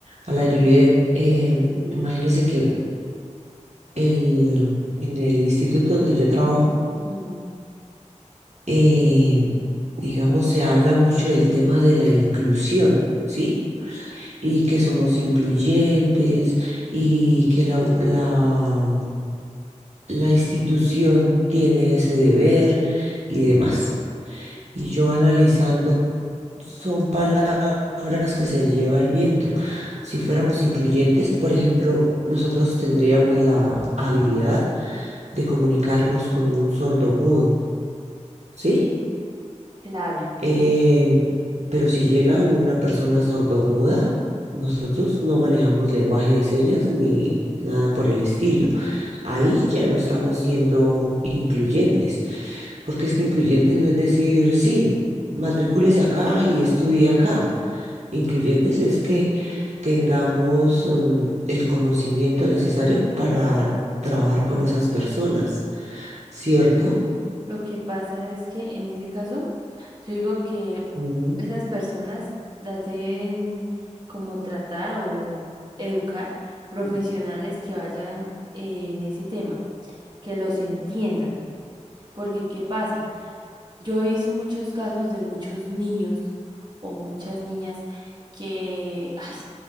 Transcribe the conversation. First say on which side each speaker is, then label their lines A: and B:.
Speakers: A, on the right; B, on the right.
A: A la Juliet, eh,
B: Sí,
A: imagínense que el, en el instituto donde yo trabajo,
B: mm,
A: eh, digamos, se habla mucho del tema de la inclusión, ¿sí? Y que somos incluyentes y que la, la, la institución tiene ese deber y demás. Y yo analizando, son palabras que se lleva el viento. Si fuéramos incluyentes, por ejemplo, nosotros tendríamos la habilidad de comunicarnos con un sordomudo, ¿sí?
B: claro.
A: Em, pero si llega una persona sordomuda, nosotros no manejamos lenguaje de señas ni nada por el estilo. Ahí ya no estamos siendo incluyentes porque es que incluyentes no es decir, sí, matricúlese acá y estudie acá. Incluyentes es que tengamos mm, el conocimiento necesario para trabajar con esas personas, ¿cierto?
B: Lo que pasa es que en ese caso, yo digo que
A: Ujú.
B: esas personas las deben como tratar o educar profesionales que vayan eh, en ese tema, que los entiendan. Porque, ¿qué pasa? Yo he visto muchos casos de muchos niños o muchas niñas que, ay,